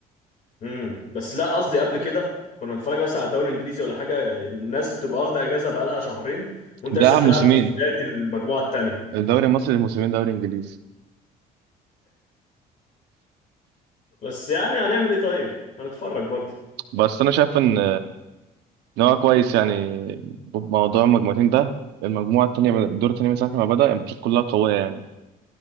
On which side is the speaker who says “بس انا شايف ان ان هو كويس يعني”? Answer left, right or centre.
Right